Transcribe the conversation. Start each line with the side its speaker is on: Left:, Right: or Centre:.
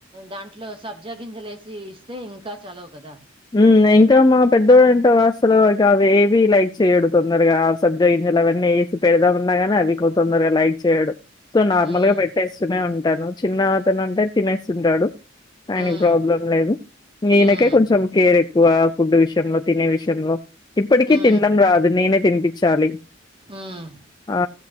Right: దాంట్లో సబ్జా గింజలు యేసి ఇస్తే ఇంకా చలవ గదా
Left: ఉమ్ ఇంకా మా పెద్దోడు అంటవా అసలు అవి ఏవి లైక్ చేయడు తొందరగా సబ్జ గిం జలు అవేసి పెడదా అన్నా గాని అవి కొ తొందరగా లైక్ చేయడు సో నార్మల్
Right: ఉమ్
Left: గా పెట్టేస్తూనే ఉంటాను చిన్న అతను అంటే తినేస్తుంటాడు ఆయనది
Right: ఉమ్
Left: ప్రాబ్లం లేదు ఈయనకే
Right: ఉమ్
Left: కొంచెం కేర్ ఎక్కువ ఫుడ్ విషయంలో తినే విషయంలో ఇప్పటికీ
Right: ఉమ్
Left: తినడం రాదు నేనే తినిపించాలి
Right: ఉమ్
Left: ఆ